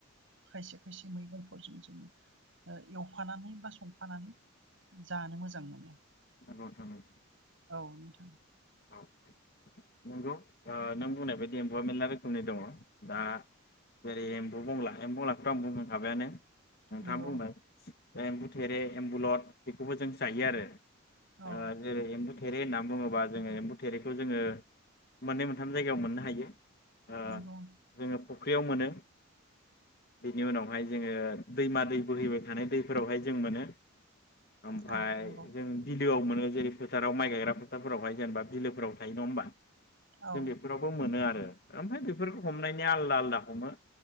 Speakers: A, on the right; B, on the left.
A: खायसे खायसे मैगंफोरजों जोङो एवफानानै बा संफानानै जानो मोजां मोनो।
B: नंगौ नोंथां नंगौ
A: औ नोंथां
B: औ नंगौ ओ नों बुंनाय बायदि एम्बुआ मेरला रोखोमनि दङ दा जेरै एम्बु बंला एम्ब बंलाखौथ' आं बुंखाबायानो। नोंथाङा
A: नंगौ
B: बुंबाय एम्बु थेरे एम्बुलद बेखौबो जों जायो आरो।
A: औ
B: ओ जेरै एम्बु थे रे होना बुंङोबा जोंङो एम्बु थेरेखौ जोंङो मोननै मोनथाम जायगायाव मोननो हायो। ओ
A: नंगौ
B: जोङो फुख्रियाव मोनो बेनि उनावहाय जोङो दैमा दै बोहैबाय थानाय दैफोरावहाय जों मोनो। ओमफाय
A: औ नंगौ
B: जों बि लोआव मोनो जेरै फोथाराव माइ गायग्रा फोथाराव जेनेबा बिलोफोराव थायो नङा होनबा। जों
A: औ
B: बेफोरावबो मोनो आ ओमफाय बेफोरखौ हमनायनि आलदा आलदा हमो